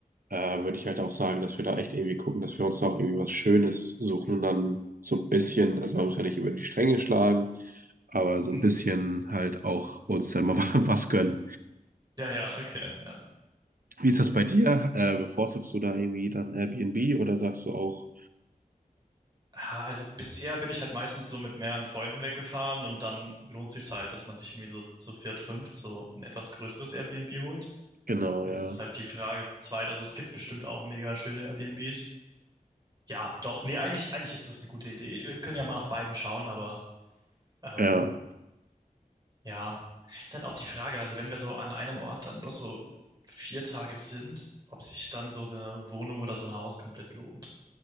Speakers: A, on the right; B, on the right.
A: äh, würde ich halt auch sagen, dass wir da echt irgendwie gucken, dass wir uns da auch irgendwie was Schönes suchen, dann so ein bisschen, also man muss ja nicht über die Stränge schlagen, aber so
B: Mhm.
A: ein bisschen halt auch uns dann mal <laughs> was gönnen.
B: Ja, ja, okay, ja.
A: Wie ist das bei dir? Äh, bevorzugst du da irgendwie dann Airbnb oder sagst du auch,
B: Ah, Also bisher bin ich halt meistens so mit mehreren Freunden weggefahren und dann lohnt sich's halt, dass man sich irgendwie so zu viert, fünft so ein etwas größeres Airbnb holt.
A: genau,
B: Jetzt
A: ja.
B: ist halt die Frage zu zweit, also es gibt bestimmt auch mega schöne Airbnbs. Ja, doch, nee, eigentlich, eigentlich ist das eine gute Idee. Wir können ja mal nach beidem schauen, aber ähm,
A: Ja,
B: Ja, ist halt auch die Frage, also wenn wir so an einem Ort dann nur so vier Tage sind, ob sich dann so eine Wohnung oder so ein Haus komplett lohnt.